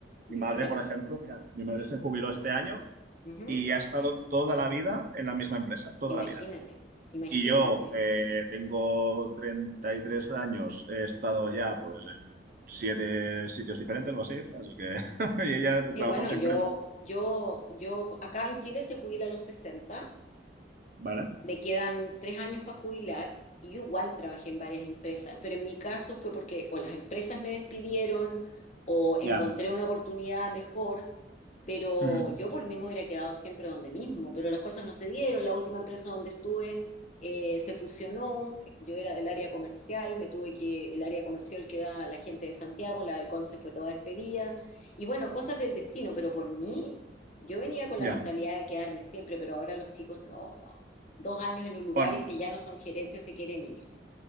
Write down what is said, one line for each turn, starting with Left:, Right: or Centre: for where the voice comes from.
Right: mi madre,
Left: cuéntame.
Right: por ejemplo, mira, mi madre se jubiló este año
Left: Ujú,
Right: y ha estado toda la vida en la misma empresa, toda
Left: Imagínate,
Right: la vida.
Left: imagínate.
Right: Y yo eh, tengo 33 años, he estado ya pues en siete sitios diferentes o así, así que <laughs> y ella ha
Left: y
Right: trabajado
Left: bueno,
Right: siempre
Left: yo,
Right: en la...
Left: yo, yo, acá en Chile se jubila a los sesenta
Right: ¿Vale?
Left: me quedan tres años para jubilar y yo igual trabajé en varias empresas, pero en mi caso fue porque o las empresas me despidieron o encontré
Right: Ya.
Left: una oportunidad mejor, pero
Right: Ujú.
Left: yo por mí me hubiera quedado siempre donde mismo, pero las cosas no se dieron, la última empresa donde estuve eh, se fusionó, yo era del área comercial, me tuve que, el área comercial queda la gente de Santiago, la de Conce fue toda despedida, y bueno, cosas del destino, pero por mí... Yo venía con
Right: Ya.
Left: la mentalidad de quedarme siempre, pero ahora los chicos no, no, dos años en un lugar
Right: Bueno,
Left: y si ya no son gerentes se quieren ir.